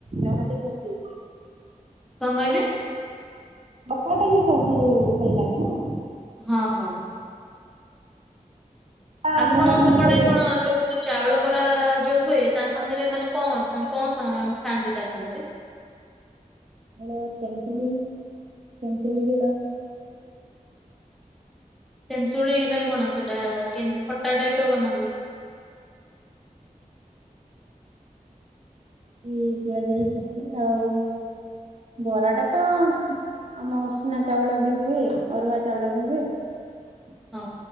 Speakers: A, on the right; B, in the centre.
A: ନାହାନ୍ତି କହୁଚି।
B: କଣ କହିଲେ?
A: କଷାଟା ହିଁ ସବୁଠାରୁ ଭଲ ଲାଗେ ନ?
B: ହଁ ହଁ
A: ଆ
B: ଆପଣଙ୍କ
A: ଭଲ ନହେଲେ
B: ସେପଟେ କଣ ଯୋଉ ଚାଉଳ ବରା ଯୋଉ ହୁଏ ତା ସାଙ୍ଗରେ ମାନେ କଣ କଣ ଖାଆନ୍ତି ତା ସାଙ୍ଗରେ?
A: ଆ ତେନ୍ତୁଳି ତନ୍ତୁଳି ଝୁଳ।
B: ତେନ୍ତୁଳି ମାନେ କଣ ସେଟା କେମିତି ଖଟା ଟାଇପ ର ବନା ହୁଏ?
A: କି ଦିଆଯାଇ ସେଠି ଆଉ ବରାଟା ତ ଆମ ଉଷୁନା ଚାଉଳ ବି ହୁଏ ଅରୁଆ ଚାଉଳ ବି ହୁଏ। <unintelligible>
B: ହଁ।